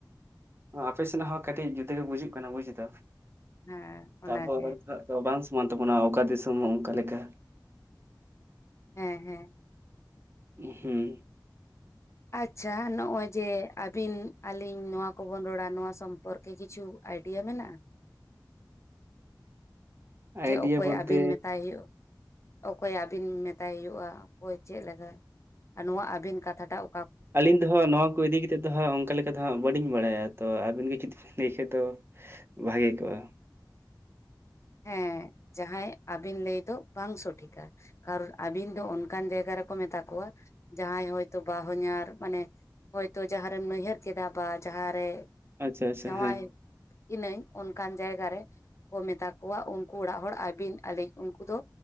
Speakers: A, on the right; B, on the left.
A: ᱟᱯᱮ ᱥᱮᱱᱟᱜ ᱦᱚᱸ ᱠᱟᱹᱴᱤᱡ ᱡᱩᱫᱟᱹᱜ ᱜᱮ ᱵᱩᱡᱩᱜ ᱠᱟᱱᱟ ᱵᱩᱡ ᱫᱚ,
B: ᱦᱮᱸ
A: ᱛᱟᱯᱚᱨ
B: ᱚᱱᱟᱜᱮ
A: ᱩᱱᱟᱹᱜ ᱫᱚ ᱵᱟᱝ ᱥᱚᱢᱟᱱ ᱛᱟᱵᱚᱱᱟ, ᱚᱠᱟ ᱫᱤᱥᱚᱢ ᱚᱱᱠᱟ ᱞᱮᱠᱟ?
B: ᱦᱮᱸ ᱦᱮᱸ᱾
A: ᱦᱩᱸ ᱾
B: ᱟᱪᱪᱷᱟ, ᱱᱚᱜ-ᱚᱭ ᱡᱮ, ᱟᱹᱵᱤᱱ ᱟᱹᱞᱤᱧ ᱱᱚᱣᱟ ᱠᱚᱵᱚᱱ ᱨᱚᱲᱟ ᱱᱚᱣᱟ ᱥᱚᱢᱯᱚᱨᱠ ᱠᱤ ᱠᱤᱪᱷᱩ ᱟᱭᱰᱤᱭᱟ ᱢᱮᱱᱟᱜ-ᱟ?
A: ᱟᱭᱰᱤᱭᱟ
B: ᱡᱮ, ᱚᱠᱚᱭ
A: ᱵᱚᱞᱛᱮ
B: ᱟᱵᱤᱱ ᱢᱮᱛᱟᱭ ᱦᱩᱭᱩᱜ-ᱟ? ᱚᱠᱚᱭ ᱟᱹᱵᱤᱱ ᱢᱮᱛᱟᱭ ᱦᱩᱭᱩᱜ-ᱟ? ᱚᱠᱚᱭ ᱪᱮᱫ ᱞᱮᱠᱟ? ᱟᱨ ᱱᱚᱣᱟ ᱟᱹᱵᱤᱱ ᱠᱟᱛᱷᱟ ᱴᱟᱜ
A: ᱟᱹᱞᱤᱧ ᱫᱚ ᱦᱟᱸᱜ ᱱᱚᱣᱟ ᱠᱚ ᱤᱫᱤ ᱠᱟᱛᱮᱫ ᱫᱚ ᱦᱟᱸᱜ ᱚᱱᱠᱟ ᱞᱮᱠᱟ ᱫᱚ ᱦᱟᱸᱜ ᱵᱟᱹᱞᱤᱧ ᱵᱟᱲᱟᱭᱟ, ᱛᱚ ᱟᱹᱵᱤᱱ ᱜᱮ ᱡᱩᱫᱤ ᱵᱤᱱ ᱞᱟᱹᱭ ᱠᱷᱟᱡ ᱫᱚ ᱵᱷᱟᱹᱜᱮ ᱠᱚᱜ-ᱟ ᱾
B: ᱦᱮᱸ, ᱡᱟᱦᱟᱸᱭ ᱟᱹᱵᱤᱱ ᱞᱟᱹᱭ ᱫᱚ ᱵᱟᱝ ᱥᱚᱴᱷᱤᱠᱟ᱾ ᱠᱟᱨᱚ ᱟᱹᱵᱤᱱ ᱫᱚ ᱚᱱᱠᱟᱱ ᱡᱟᱭᱜᱟ ᱨᱮᱠᱚ ᱢᱮᱛᱟ ᱠᱚᱣᱟ ᱡᱟᱦᱟᱸᱭ ᱦᱳᱭᱛᱚ ᱵᱟᱦᱚᱧᱟᱨ ᱢᱟᱱᱮ ᱦᱚᱭᱛᱳ ᱡᱟᱦᱟᱸ ᱨᱮᱢ ᱱᱟᱭᱦᱟᱹᱨ ᱠᱮᱫᱟ ᱵᱟ ᱡᱟᱦᱟᱸᱨᱮ
A: ᱟᱪᱪᱷᱟ ᱟᱪᱪᱷᱟ
B: ᱡᱟᱶᱟᱭ
A: ᱦᱮᱸ
B: ᱤᱱᱟᱹᱧ ᱚᱱᱠᱟᱱ ᱡᱟᱭᱜᱟ ᱨᱮ ᱠᱚ ᱢᱮᱛᱟ ᱠᱚᱣᱟᱜ ᱩᱱᱠᱩ ᱚᱲᱟᱜ ᱦᱚᱲ ᱟᱹᱵᱤᱱ ᱟᱹᱞᱤᱧ ᱩᱱᱠᱩ ᱫᱚ